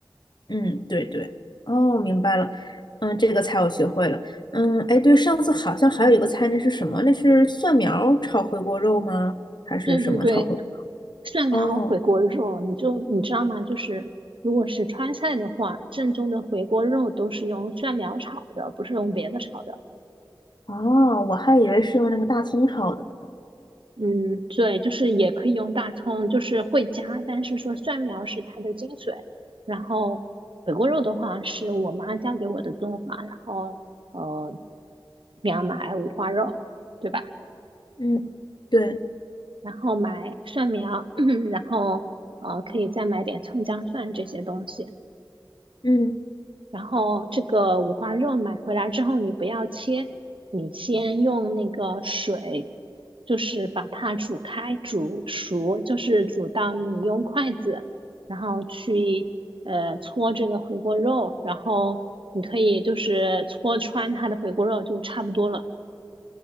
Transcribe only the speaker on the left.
嗯，对对，哦，明白了。嗯，这个菜我学会了。嗯，哎，对，上次好像还有一个菜，那是什么？那是蒜苗炒回锅肉吗？还是什么炒回锅？
哦，
哦，我还以为是用那个大葱炒的呢。
嗯，对，
嗯